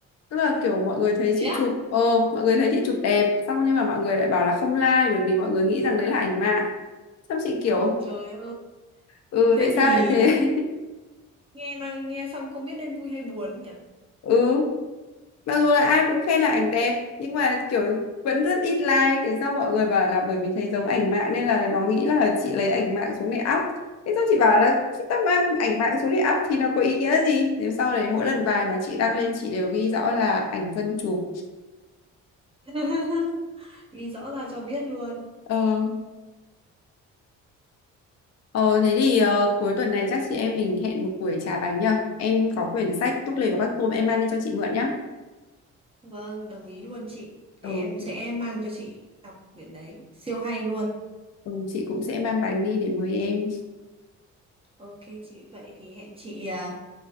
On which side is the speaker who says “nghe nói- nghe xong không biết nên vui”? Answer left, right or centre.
Right